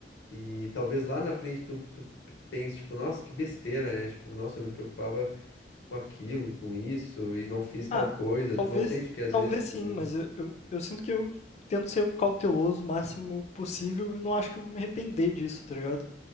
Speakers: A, on the left; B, on the left.
A: e talvez lá na frente tu, tu pense, tipo, nossa, que besteira, né? Tipo, nossa, eu me preocupava. com aquilo, com isso, e não fiz tal
B: Ah,
A: coisa.
B: talvez,
A: Tu não sente que às
B: talvez
A: vezes tu
B: sim, mas eu, eu, eu sinto que eu tento ser o cauteloso o máximo possível e não acho que eu vou me arrepender disso, tá ligado?